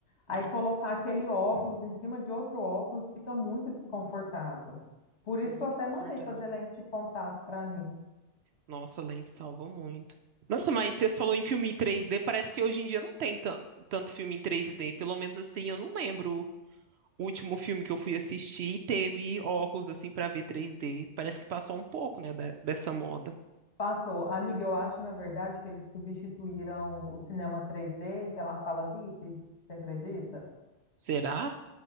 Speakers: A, on the left (about 65°); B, on the right (about 65°).
A: Aí
B: Nossa,
A: colocar
B: sim,
A: aquele óculos em cima de outro óculos fica muito desconfortável. Por
B: fico
A: isso
B: muito
A: que eu até
B: confortável.
A: mandei fazer lente de contato para mim.
B: Nossa, a lente salva muito. Nossa, mas você falou em filme em 3D, parece que hoje em dia não tem tan- tanto filme em 3D, pelo menos assim, eu não lembro O último filme que eu fui assistir teve óculos assim pra ver 3D. Parece que passou um pouco, né, da- dessa moda.
A: Passou. Amiga, eu acho, na verdade, que eles substituíram o cinema 3D pela sala VIP, você acredita?
B: Será?